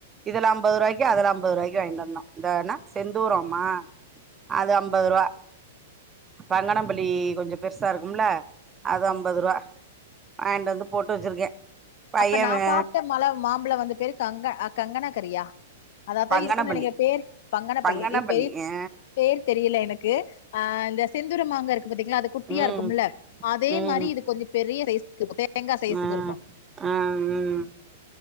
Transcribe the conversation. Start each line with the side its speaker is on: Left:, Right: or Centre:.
Right: இதுல அம்பது ரூவாய்க்கு அதுல அம் பது ரூவாக்கு வாங்கிட் வந்தா இந்த என்னா செந்தூரமா அது அம்பது ரூவா பங்கணப்பள்ளி கொஞ்ச பெருசா இருக்கும்ல அது அம்பது ரூவா வாங்கிட் வந்து போட்டு வச்சிருக்கே பைய
Left: அப்ப நா
Right: வே
Left: சாப்ட்ட மல மாம்பழ வந்து பேரு கங்க ஆ கங்கன கரியா அதாதா
Right: பங்கனப்பள்ளி
Left: இருக்குன் நெனைக்றே பேரு பங்கணப்பள்ளி
Right: பங்கனப்பள்ளி
Left: இப்பேய்
Right: ஆ
Left: பேர் தெரியல எனக்கு ஆ இந்த செந்தூர மாங்கா இருக்கு பாத்தீங்ளா அது குட்டியா
Right: ம்
Left: இருக்குமுல்ல அதேம்
Right: ம்
Left: மாரி இது கொஞ்ச பெரிய்ய சைஸுக் இருக்கு தேங்கா சைஸுக்கு
Right: ஆ
Left: இருக்கு
Right: ஆ ம்